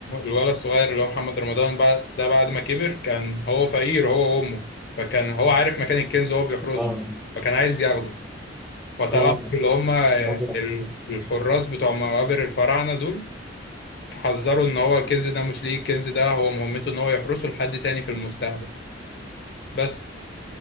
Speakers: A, on the left; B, in the centre.
A: الولد الصغير اللي هو محمد رمضان بعد ده بعد ما كبر كان هو فقير هو وامه فكان هو عارف مكان الكنز وهو بيحرسه
B: اه
A: فكان عايز ياخده فطلعوا
B: اه
A: اللي هم آه،
B: اه
A: ال- الحراس بتوع مقابر الفراعنة دول حذروا ان هو الكنز ده مش ليه الكنز ده هو مهمته ان هو يحرسه لحد تاني في المستقبل بس